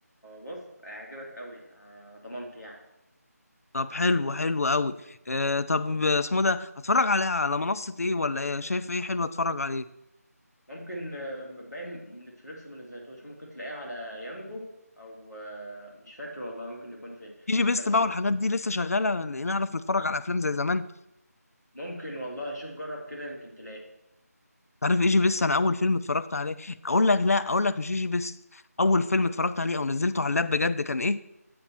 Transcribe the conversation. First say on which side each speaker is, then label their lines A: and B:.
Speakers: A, on the left (about 85°); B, on the left (about 60°).
A: بص هيعجبك اوي على ضمانتي يعني
B: طب حلو حلو قوي آه طب اسمه ده هتفرج عليها على منصة ايه ولا ايه شايف ايه حلو اتفرج عليه
A: ممكن آه، باين نتفليكس ما نزلتوش ممكن تلاقيه على يانجو او آه، مش فاكر والله ممكن يكون فين
B: ايجي بيست
A: بس
B: بقى والحاجات دي لسه شغالة نعرف نتفرج على افلام زي زمان
A: ممكن والله شوف جرب كده يمكن تلاقي
B: عارف ايجي بيست انا اول فيلم اتفرجت عليه اقول لك لا اقول لك مش ايجي بيست اول فيلم اتفرجت عليه او نزلته على اللاب بجد كان ايه